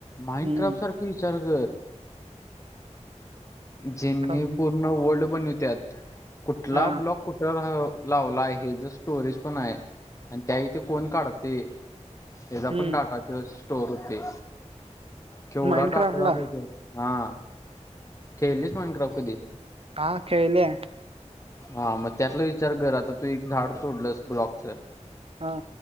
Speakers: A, on the left; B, on the right.
A: माइंड
B: हम्म
A: क्राफ्ट सारखे विचार कर. ज्यांनी
B: कम
A: पूर्ण वर्ल्ड बनवत्यात. कुठला
B: हा
A: ब्लॉक कुठ लावला हेज टुरिस्ट पण आहे आणि त्या वेळी कोण काढतय हेचा
B: हम्म
A: पण डाटा चस स्टोर होतोय, केवढा
B: माइनक्राफ्टला
A: डाटा झालाय त्यात. हा, खेळलीस माइंड क्राफ्ट कधी?
B: हा खेळल्या.
A: हा म त्यातला विचार कर आता तू एक झाड तोडलंस ब्लॉकच.
B: हा.